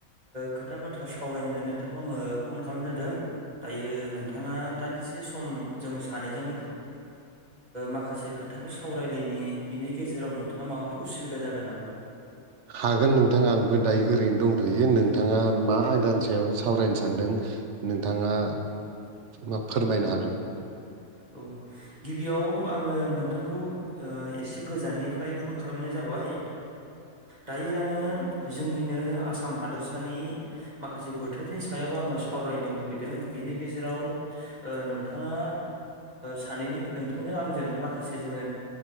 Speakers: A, on the right; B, on the right.
A: खोथा बाथ्रा सावरायनो होननानै नोंथांखौ आङो फन खालामनाय जादों दायो नोंथाङा दान्दिसे सम जों सानैजों माखासे खोथाफोर सावरायलायनि बिनि गेजेराव नोंथाङा माबाफोर उसुबिदा जागोन नामा
B: हागोन नोंथां आंबो दायो ओरैनो दंथ'यो नोंथाङा मा आयदानि सायाव सावरायनो सानदों नोंथाङा मा फोरमायनो हागोन
A: औ गिबियाव आङो नोंथांखौ एसे गोजाननि ओमफ्राय फन खालामनाय जाबाय दायो आङो जोंनिनो आसाम हादोरसानि माखासे बोथोरनि सायाव आङो सावरायनो लुुबैदों बिनि गेजेराव नोंथाङा सानैनि नोंथांजों आंजों माखासे जोङो।